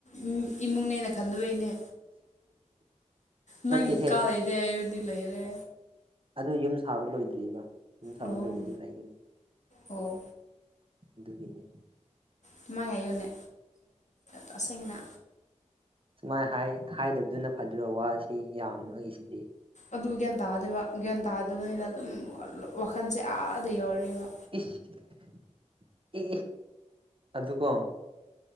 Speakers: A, on the left (about 70°); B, on the right (about 45°).
A: ꯎꯝ ꯏꯃꯨꯡꯅꯦꯅ ꯈꯟꯗꯕ ꯏꯅꯦ ꯅꯪ
B: ꯅꯠꯇꯦꯍꯦ
A: ꯏꯀꯥ ꯂꯩꯗꯦ ꯑꯩꯕꯨꯗꯤ ꯂꯩꯔꯦ
B: ꯑꯗꯨ ꯌꯨꯝ ꯁꯥꯕ ꯂꯣꯏꯗ꯭ꯔꯤꯕ ꯑꯗꯨꯝ ꯁꯥꯕ
A: ꯑꯣ
B: ꯂꯔꯗꯤ ꯂꯩꯒꯅꯤ
A: ꯑꯣ
B: ꯑꯗꯨꯒꯤꯅꯦ
A: ꯃꯃꯥꯡꯉꯥꯏꯌꯣꯅꯦ ꯇꯁꯦꯡꯅ
B: ꯁꯨꯃꯥꯏꯅ ꯍꯥꯏꯗꯕꯗꯨꯅ ꯐꯗ ꯋꯥꯁꯤ ꯌꯥꯝꯃꯒꯤꯁꯤꯗꯤ
A: ꯑꯗꯨ ꯒ꯭ꯌꯥꯟ ꯇꯥꯗꯦꯕ ꯒ꯭ꯌꯥꯟ ꯇꯥꯗꯕꯅꯤꯅ ꯑꯗꯨꯝ ꯋꯥ ꯋꯥꯈꯜꯁꯦ ꯑꯥꯗ ꯌꯧꯔꯅꯦꯕ
B: ꯏꯁ ꯏ ꯑꯗꯨꯀꯣ